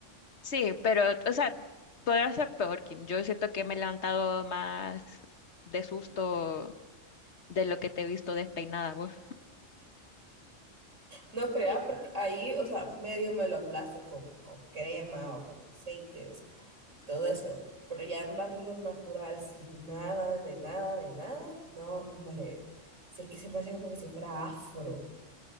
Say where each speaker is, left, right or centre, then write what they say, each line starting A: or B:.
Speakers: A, on the left; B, on the right.
A: Sí, pero, o sea, podrá ser peor, Kim. Yo siento que me he levantado más de susto de lo que te he visto despeinada vos.
B: No creas, porque ahí, o sea, medio me lo aplasto con, con crema o con aceites y todo eso. Pero ya andarlo natural sin nada, de nada, de nada, no, hombre. Si es que se me hace como que si fuera afro.